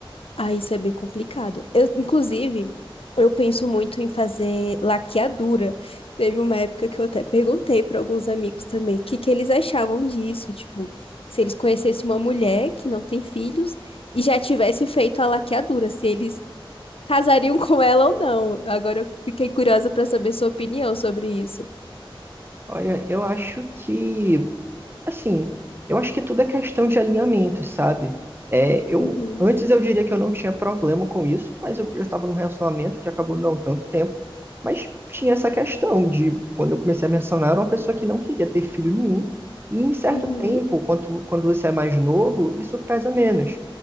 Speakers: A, on the left; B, on the right.
A: Ah, isso é bem complicado. Eu, inclusive, eu penso muito em fazer laqueadura. Teve uma época que eu até perguntei para alguns amigos também o que que eles achavam disso, tipo, se eles conhecessem uma mulher que não tem filhos e já tivesse feito a laqueadura, se eles casariam <laughs> com ela ou não. Agora eu fiquei curiosa para saber sua opinião sobre isso.
B: Olha, eu acho que, assim, eu acho que tudo é questão de alinhamento, sabe? É, eu
A: Uhum,
B: antes eu diria que eu não tinha problema com isso, mas eu eu estava num relacionamento que acabou não tanto tempo, mas tinha essa questão de quando eu comecei a mencionar, era uma pessoa que não queria ter filho nenhum, e em certo
A: uhum,
B: tempo, quando, quando você é mais novo, isso pesa menos,